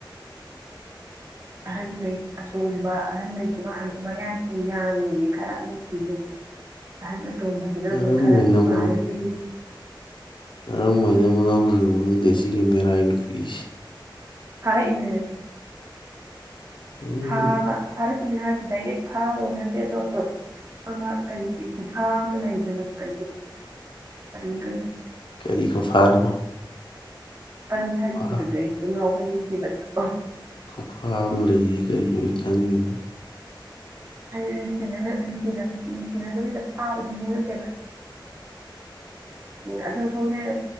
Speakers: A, on the right (about 35°); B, on the left (about 80°).
A: ꯑꯍꯜꯉꯩ ꯑꯇꯣꯡꯕ ꯑꯍꯜꯉꯩꯁꯨ ꯅꯍꯥꯟꯁꯦ ꯃꯌꯥꯏꯁꯨ ꯌꯥꯉꯅꯦ ꯈꯔ ꯅꯨꯡꯁꯤꯌꯨ ꯑꯍ ꯑꯇꯣꯕꯁꯤꯅ
B: ꯀꯔꯝ
A: ꯑꯃ ꯈꯔ
B: ꯍꯥꯏꯅꯕꯨ
A: ꯅꯥꯔꯗꯤ
B: ꯀꯔꯝ ꯍꯥꯏꯅꯕꯨ ꯂꯧꯔꯤꯅꯣ ꯁꯤꯒꯤ ꯃꯦ ꯔ ꯏꯪ ꯐꯤꯤꯁ
A: ꯍꯔꯛ ꯏꯅꯦ
B: ꯎꯝ
A: ꯍꯔ ꯉꯍꯥꯁꯨ ꯗꯥꯏꯔꯦꯛ ꯊꯥꯕ ꯅꯠꯇꯦ ꯑꯗꯨ ꯑꯣꯏꯁꯨ ꯑꯃ ꯀꯔꯤ ꯀꯨꯟꯐꯥ ꯑꯃ ꯂꯩꯗꯅꯁꯨ ꯀ ꯉ
B: ꯀꯔꯤ ꯈꯨꯐꯥꯅꯣ
A: ꯄꯟ ꯊꯥꯏꯕꯤꯈꯤꯕꯗꯣ
B: ꯈꯨꯐꯥ
A: ꯑꯩ ꯑꯗꯨꯝ ꯉꯥꯎꯍꯅꯤꯡꯉꯤ <unintelligible>
B: ꯈꯨꯐꯥ ꯑꯃ ꯂꯩꯌꯦ ꯀꯔꯤꯅꯣꯁꯨ ꯈꯪꯗꯦꯅ
A: ꯑ ꯅꯨꯡꯁꯤ ꯅꯨꯡꯁꯤꯅꯗꯕꯤꯗ ꯐꯥꯕꯁꯨ ꯉꯠꯇꯦꯕ ꯑꯗꯨꯈꯅꯦ